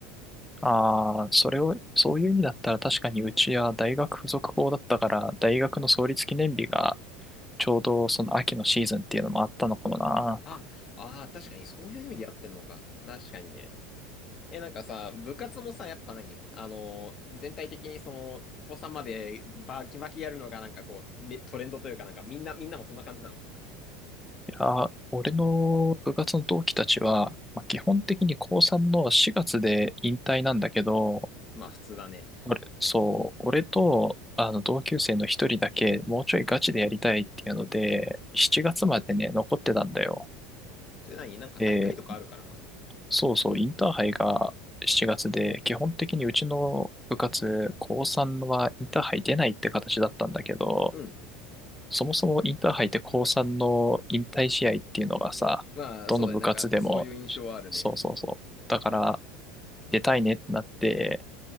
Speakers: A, in the centre; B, on the left.
A: ああ、それを、そういう意味だったら確かにうちは大学附属校だったから、大学の創立記念日が
B: うん。
A: ちょうどその秋のシーズンっていうのもあったのかもな。
B: あ、ああ、確かにそういう意味でやってんのか。確かにね。え、なんかさ、部活もさ、やっぱ何あのー全体的にその、高3までバキバキやるのがなんかこう、めトレンドというかなんかみんな、みんなもそんな感じなの。
A: いや、俺の部活の同期たちは、まあ、基本的に高3の4月で引退なんだけど、
B: まあ普通だね。
A: 俺、そう、俺とあの同級生の一人だけもうちょいガチでやりたいっていうので、7月までね、残ってたんだよ。
B: それ何なんか大会とかあるからなの
A: で、そうそう、インターハイが7月で、基本的にうちの部活、高3はインターハイ出ないって形だったんだけど、
B: うん。
A: そもそもインターハイって高3の引退試合っていうのがさ、
B: まあそうだね。
A: どの部活でも、
B: なんかそういう印象はあるね。
A: そうそうそう。だから、出たいねってなって、